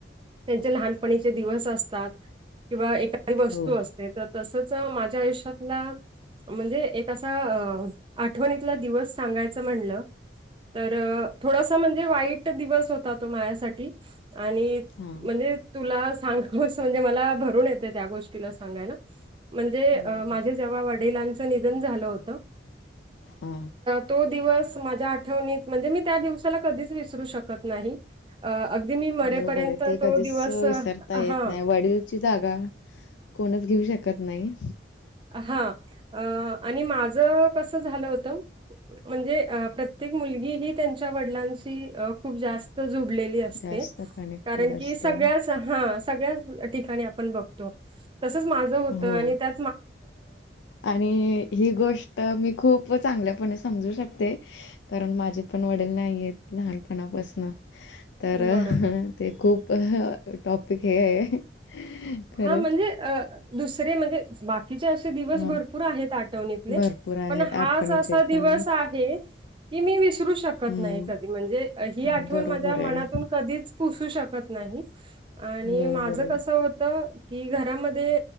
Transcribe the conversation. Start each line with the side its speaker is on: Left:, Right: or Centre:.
Right: त्यांचे लहानपणीचे दिवस असतात किंवा एखादी वस्तू
Left: हो
Right: असतात. ते तर तसच माझ्या आयुष्यातला. म्हणजे एक असा अ आठवणीतला दिवस सांगायचं म्हणलं. तर थोडासा म्हणजे वाईट दिवस होता तो माझ्यासाठी आणि
Left: हा
Right: म्हणजे. तुला सांग म्हणजे म भरून येते त्या गोष्टीला सांगायला म्हणजे
Left: बरोबर
Right: माझे. जेव्हा वडिलांचं निधन झालं होतं.
Left: हा.
Right: तो दिवस माझ्या आठवणीत म्हणजे मी त्या दिवसाला कधीच विसरू शकत नाही. अ अगदी मी मरेपर्यंत
Left: बरोबर आहे ते
Right: तो
Left: कधीच
Right: दिवस हा.
Left: विसरता येत नाही वडीलची जागा कोणच घेऊ शकत नाही.
Right: हा अ आणि माझ. <unintelligible> त्यांच्या वडलांशी खूप जास्त जुडली असते
Left: जास्त कनेक्टेड
Right: कारण
Left: असते
Right: <unintelligible> सगळ्या ठिकाणी आपण बघतो तसच माझं होत
Left: हो.
Right: आणि त्या
Left: आणि ही गोष्ट मी खूप चांगल्यापणे समजू शकते. कारण माझे पण वडील नाहीयेत लहानपणापासून तर
Right: बरोबर.
Left: ते खूप टॉपिक हे आहे. खरंच.
Right: हा म्हणजे दुसरे म्हणजे बाकी. बाकीचे असे दिवस
Left: अ
Right: भरपूर आहेत आठवणीतले
Left: भरपूर आहेत
Right: पण हाच
Left: आठवणीचे
Right: असा दिवस
Left: पण
Right: आहे. की मी विसरू शकत
Left: हम्म.
Right: नाही कधी म्हणजे ही
Left: बरोबर
Right: आठवण माझ्या मनातून
Left: आहे,
Right: कधीच. पुसू शकत नाही आणि
Left: बरोबर
Right: माझं
Left: आहे.
Right: कस होत. की घरामध्ये